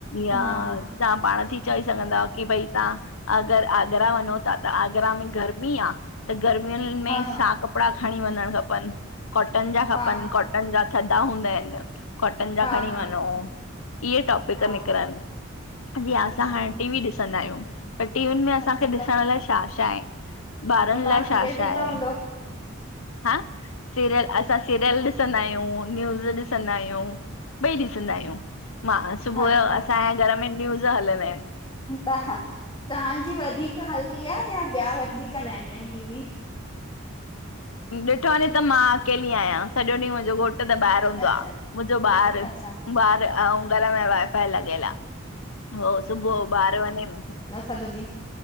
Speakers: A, on the left; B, on the left.
A: या
B: हा हा
A: तहां पांण थी चई सघंदायो की भई तहां अगरि, आगरा वंञों ता त आगरा में गर्मी आ? त गर्मियुनि में
B: हा
A: छा कपिड़ा खणी वंञंणु खपनि, कॉटन जा खपनि
B: हा हा
A: काट् कॉटन जा थधा हूंदा हिनि, कॉटन जा
B: हा
A: खणी
B: हा
A: वंञों इह्ये टॉप पिक
B: हा
A: निकरन जी असां
B: अच्छा
A: हाणें टीवी ॾिसंदा आहियूं त टीवियुन में असांखे
B: अच्छा
A: ॾिसंण
B: त त
A: लाए छा- छा हे, ॿारनि
B: तव्हां
A: लाए
B: सीरियल
A: छा -छा
B: ॾिसंदा
A: आहे।
B: हूंदव
A: हं सीरियल, असां सीरियल ॾिसंदा आहियूं, न्यूज़ ॾिसंदा आहियूं, ॿई ॾिसंदा आहियूं। मां सुबुअ
B: अच्छा
A: जो असांजे घर में न्यूज़ हलंदा हिनि।
B: त तहांजी वधीक हलदी आह या ॿिया वधीक लॻहींदा आहिन टीवी।
A: ॾिठो वञे त मां अकेली आहियां सॼो ॾींहुं मुंहिंजो घोटु त ॿाहिर हूंदो
B: अच्छा
A: आह मुंहिंजो ॿार
B: अच्छा
A: ॿार ऐं घर में वाईफाई लॻियल आह हो सुबह ॿार वञे
B: सॾो ॾीह